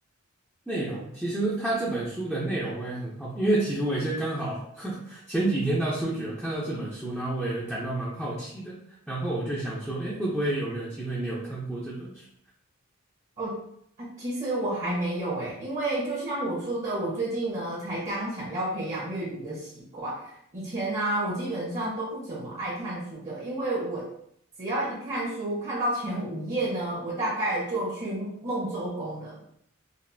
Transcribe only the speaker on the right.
哦，啊，其实我还没有诶，因为就像我说的，我最近呢才刚想要培养阅读的习惯。以前呢、我基本上都不怎么爱看书的，因为我只要一看书，看到前五页呢，我大概就去梦周公了。